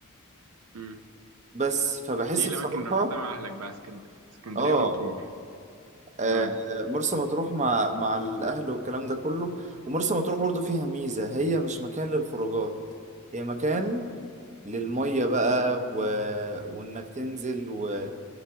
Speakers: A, on the right; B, on the right.
A: امم
B: بس فبحس
A: دي الاماكن
B: بصراحة
A: اللي رحتها مع اهلك بقى اسكند... اسكندريه
B: اه
A: ومطروح
B: آه،
A: تمام
B: مرسى مطروح مع مع الأهل والكلام ده كله ومرسى مطروح برضو فيها ميزة هي مش مكان للخروجات هي مكان للمية بقى
A: امم
B: و... وإنك تنزل و...